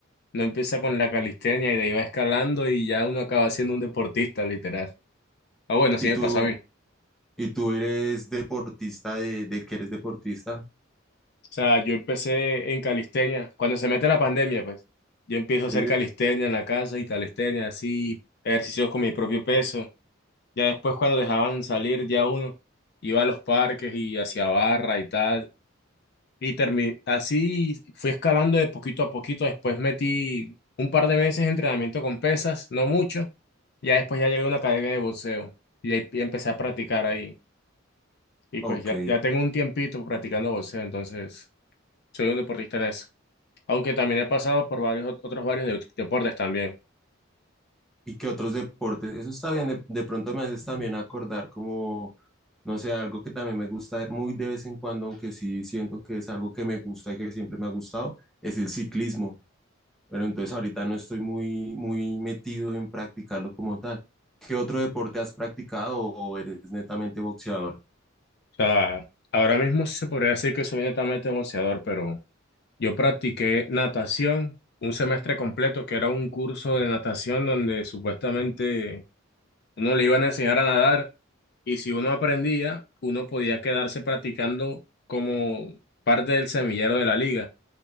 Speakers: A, on the left (about 55°); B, in the centre.
A: No empieza con la calistenia y de ahí va escalando y ya uno acaba siendo un deportista, literal. Ah, bueno, así
B: ¿Y
A: me
B: tú,
A: pasó a mí.
B: y tú eres deportista de, de que eres deportista?
A: O sea, yo empecé en calistenia. Cuando se mete la pandemia, pues, yo empiezo
B: Sí,
A: a hacer calistenia en la casa y calistenia así, ejercicios con mi propio peso. Ya después cuando dejaban salir ya uno iba a los parques y hacia barra y tal. Y termi- así fui escalando de poquito a poquito. Después metí un par de meses de entrenamiento con pesas, no mucho. Ya después ya llegué a una academia de boxeo y ahí empecé a practicar ahí. Y
B: Ok.
A: pues ya, ya tengo un tiempito practicando boxeo, entonces soy un deportista en eso. Aunque también he pasado por varios ot- otros varios de- deportes también.
B: ¿Y qué otros deportes? Eso está bien. De, de pronto me haces también acordar como, no sé, algo que también me gusta muy de vez en cuando, aunque sí siento que es algo que me gusta y que siempre me ha gustado, es el ciclismo. Pero entonces ahorita no estoy muy, muy metido en practicarlo como tal. ¿Qué otro deporte has practicado o eres netamente boxeador?
A: O sea, ahora mismo sí se podría decir que soy netamente boxeador, pero Yo practiqué natación un semestre completo, que era un curso de natación donde supuestamente uno le iban a enseñar a nadar y si uno aprendía, uno podía quedarse practicando como parte del semillero de la liga.